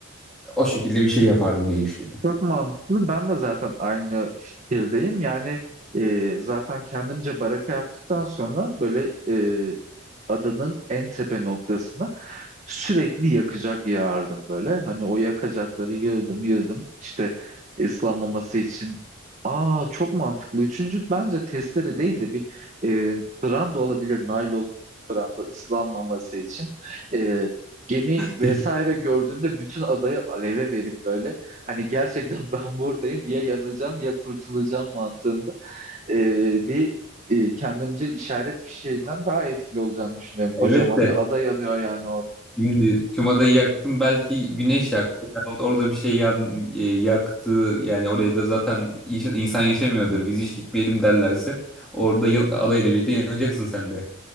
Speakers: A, in the centre; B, on the right (about 35°).
A: o şekilde bir şey yapardım diye düşünüyorum.
B: Çok mantıklı. Ben de zaten aynı fikirdeyim. Yani e, zaten kendimce baraka yaptıktan sonra böyle e, adanın en tepe noktasına sürekli yakacak yağardım böyle. Hani o yakacakları yığdım yığdım. İşte ıslanmaması için. Aa çok mantıklı. Üçüncü bence testere değil de bir e, branda olabilir. Naylon branda ıslanmaması için. E, gemi vesaire
A: Peki.
B: gördüğümde bütün adayı aleve verip böyle hani gerçekten <laughs> ben buradayım ya yanacağım ya kurtulacağım mantığında e, bir e, kendimce işaret fişeğinden daha etkili olacağını düşünüyorum. Kocaman
A: Evet de
B: bir ada yanıyor yani
A: Şimdi Cuma'da yaktım belki güneş yaktı. Yahut orada bir şey yan, e, yaktı. Yani oraya da zaten inş- insan yaşamıyordur. Biz hiç gitmeyelim derlerse orada yan- adayla birlikte yanacaksın sen de.